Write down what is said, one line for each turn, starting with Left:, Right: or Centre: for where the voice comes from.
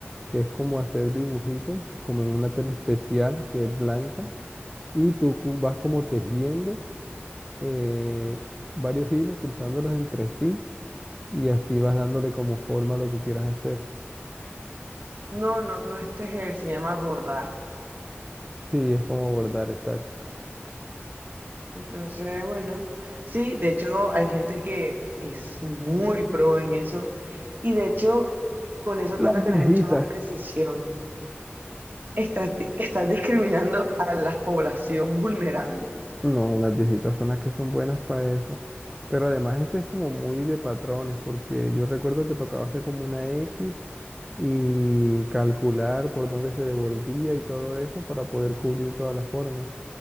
Centre: que es como hacer dibujitos, como en una tela especial que es blanca, y tú cu- vas como tejiendo eh, varios hilos, cruzándolos entre sí, y así vas dándole como forma a lo que quieras hacer.
Right: No, no, no este tejer, se llama bordar.
Centre: Sí, es como bordar, exacto.
Right: Entonces, bueno, sí, de hecho hay gente que es muy pro en eso y de hecho con eso
Centre: Las
Right: toca
Centre: viejitas.
Right: tener mucho más precisión. Estás, di- estás discriminando a la población vulnerable.
Centre: No, las viejitas son las que son buenas para eso. Pero además ese es como muy de patrones, porque yo recuerdo que tocaba hacer como una X y calcular por dónde se devolvía y todo eso para poder cubrir todas las formas.